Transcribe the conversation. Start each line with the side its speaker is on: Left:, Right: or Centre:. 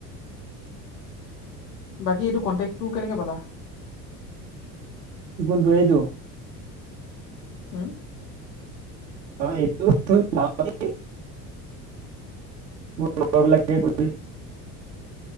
Left: বাকী এইটো কণ্টেক্টো কেনেকে পালা
Right: কোনটো এইটো
Left: হা
Right: <unintelligible> <unintelligible>